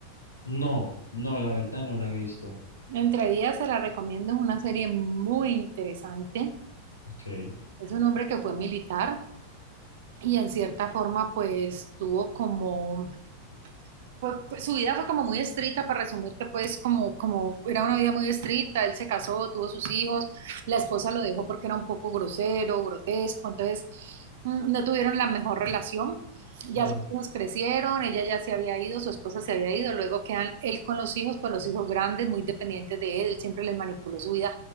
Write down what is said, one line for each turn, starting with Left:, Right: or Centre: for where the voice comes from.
Left: No, no, la verdad no la he visto.
Right: Entre Vías se la recomiendo, es una serie muy interesante.
Left: Ok,
Right: Es un hombre que fue militar y en cierta forma pues tuvo como, pues, pues, su vida fue como muy estricta, para resumirte pues como, como era una vida muy estricta, él se casó, tuvo sus hijos, la esposa lo dejó porque era un poco grosero, grotesco, entonces mm, no tuvieron la mejor relación. Ya
Left: claro,
Right: sus hijos crecieron, ella ya se había ido, su esposa se había ido, luego quedan él con los hijos, pues los hijos grandes, muy dependientes de él, él siempre les manipuló su vida,